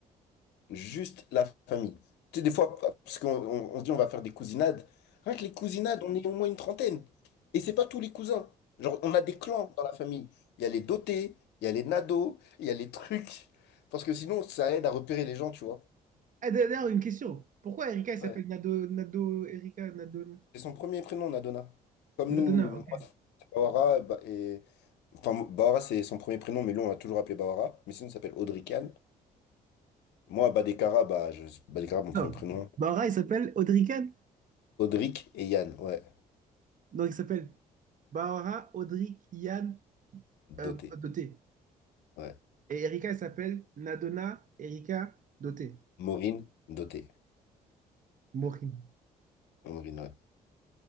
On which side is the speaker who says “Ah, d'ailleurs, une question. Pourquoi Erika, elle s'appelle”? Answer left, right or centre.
Right